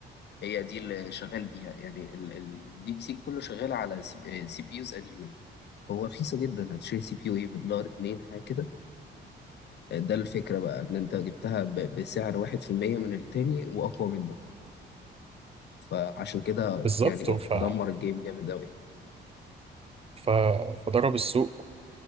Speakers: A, on the left; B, on the right.
A: هي دي اللي شغال بيها يعني الديب سيك كله شغال على سي بي يوز قديمة هو رخيصة جدا هتشتري سي بي يو ايه بدولار اتنين حاجة كده آه، ده الفكرة بقى إن أنت جبتها ب- بسعر واحد في المية من التاني وأقوى منه فعشان كده
B: بالظبط
A: يعني بالظبط
B: ف...
A: دمر الجيم جامد أوي
B: ف... فضرب السوق